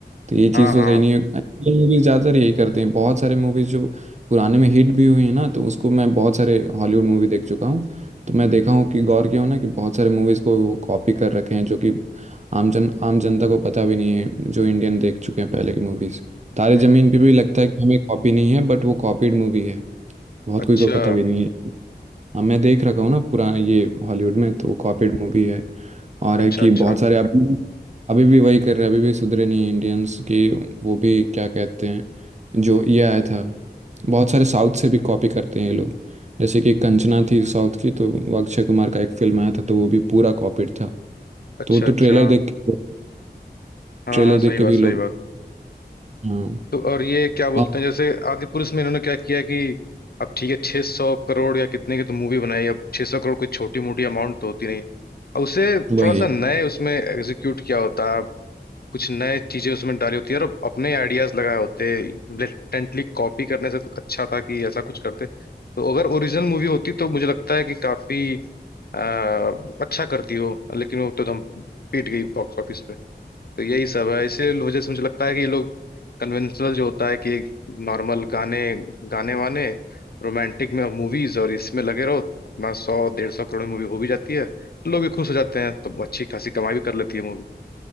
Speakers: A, on the right (about 40°); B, on the left (about 60°).
A: तो ये
B: हाँ
A: चीज़ तो
B: हाँ
A: सही नहीं है मूवीज ज़्यादातर यही करते हैं बहुत सारे मूवीज जो पुराने में हिट भी हुई हैं ना तो उसको मैं बहुत सारे हॉलीवुड मूवी देख चुका हूँ तो मैं देखा हूँ कि गौर किया हूँ ना कि बहुत सारे मूवीज़ को वो कॉपी कर रखे हैं जो कि आम जन आम जनता को पता भी नहीं है जो इंडियन देख चुके हैं पहले की मूवीज़ तारे
B: हम्म,
A: ज़मीन
B: हम्म,
A: पे भी लगता है कि हमें कॉपी नहीं है बट वो कॉपीड मूवी है बहुत
B: अच्छा
A: कोई को पता भी नहीं है हाँ मैं देख रखा हूँ ना पुराना ये हॉलीवुड में तो वो कॉपीड मूवी है और
B: अच्छा
A: है कि
B: अच्छा
A: बहुत सारे अभी अभी भी वही कर रहे हैं अभी भी सुधरे नहीं इंडियंस की वो भी क्या कहते हैं जो ये आया था बहुत सारे साउथ से भी कॉपी करते हैं ये लोग जैसे कि कंचना थी साउथ की तो वो अक्षय कुमार का एक फिल्म आया था तो वो भी पूरा कॉपीड था
B: अच्छा
A: तो वो तो
B: अच्छा
A: ट्रेलर देख के
B: हाँ
A: ट्रेलर
B: हाँ
A: देख
B: सही
A: के
B: बात
A: भी
B: सही
A: लोग
B: बात
A: हाँ
B: तो और ये क्या बोलते
A: हाँ,
B: हैं जैसे आदि पुरुष में इन्होंने क्या किया कि अब ठीक है छह सौ करोड़ या कितने की तो मूवी बनाई अब छह सौ करोड़ कोई छोटी मोटी अमाउंट तो होती नहीं अब उसे
A: वही
B: थोड़ा सा नए उसमें एग्जीक्यूट किया होता कुछ नए चीजें उसमें डाली होती है और अपने आइडियाज लगाए होते ब्लेटेंटली कॉपी करने से तो अच्छा था कि ऐसा कुछ करते तो अगर ओरिजिनल मूवी होती तो मुझे लगता है कि काफी आ, अच्छा करती हो लेकिन वो तो एकदम पीट गई बॉक्स ऑफिस पे तो यही सब है इसीलिए वजह से मुझे लगता है कि ये लोग कन्वेंशनल जो होता है कि नॉर्मल गाने गाने वाने रोमांटिक में मूवीज और इसमें लगे रहो अपना सौ डेढ़ सौ करोड़ मूवी हो भी जाती है तो लोग भी खुश हो जाते हैं तो अच्छी खासी कमाई भी कर लेती है मूवी